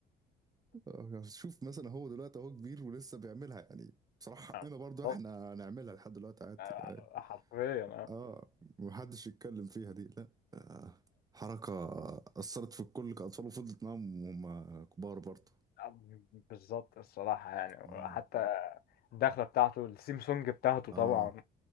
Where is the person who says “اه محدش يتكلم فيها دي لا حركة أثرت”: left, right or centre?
Right